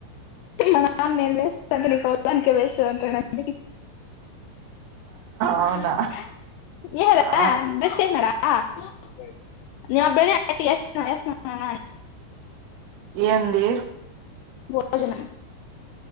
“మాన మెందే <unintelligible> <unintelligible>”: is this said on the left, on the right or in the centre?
Left